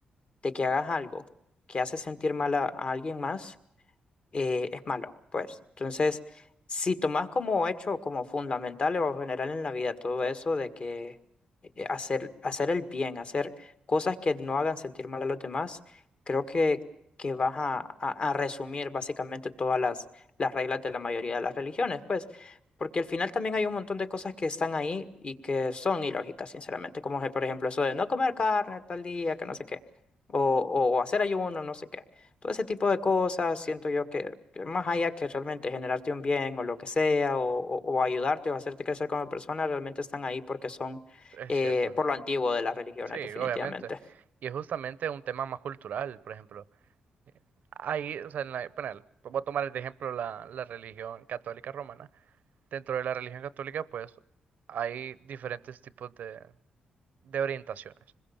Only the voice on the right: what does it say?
Es
cierto.
Sí,
obviamente. Y es justamente un tema más cultural, por ejemplo. Eh, Ahí, o sea, en la, bueno, voy a tomar de ejemplo la, la religión católica romana. Dentro de la religión católica, pues, hay diferentes tipos de, de orientaciones.